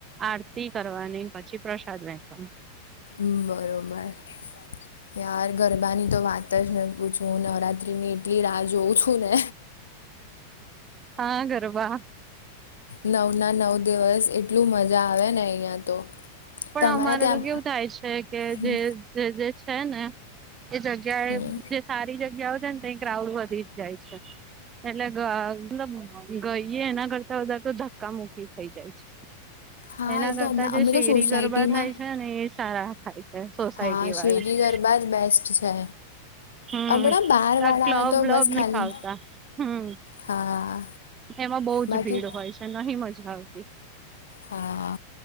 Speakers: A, on the right (about 25°); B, on the left (about 65°).
A: આરતી કરવાની પછી પ્રસાદ વેચવાનું.
B: બરોબર. યાર ગરબાની તો વાત જ ને પૂછું નવરાત્રિની એટલી રાહ જોઉં છું ને
A: હા ગરબા
B: નવના નવ દિવસ એટલું મજા આવે ને અહીંયા તો
A: પણ
B: તમારા
A: અમારે
B: ત્યાં
A: તો કેવું થાય છે કે
B: હમ
A: જે છે ને એ જગ્યા
B: હમ
A: એ જે સારી જગ્યાઓ છે ને તઈ ક્રાઉડ વધી જ જાય છે એટલે મતલબ ગઈએ એના કરતા વધારે તો ધક્કા મુૂકી થઇ જાય છે.
B: હા
A: એના
B: એ તો
A: કરતા
B: હમણાં
A: જે
B: અમે
A: શેરી
B: તો સોસાયટીમાં
A: ગરબા થાય ને એ સારા થાય છે. સોસાયટી
B: હા શેરી
A: વાળા
B: ગરબા જ બેસ્ટ છે.
A: હમ
B: હમણાં બહાર વાળા
A: ક્લબ
B: હોય તો
A: વ્લબ
B: બસ ખાલી
A: નહી ફાવતા હમ
B: હા
A: એમાં બઉુ
B: બાકી
A: જ ભીડ હોય છે નહી મજા આવતી.
B: હા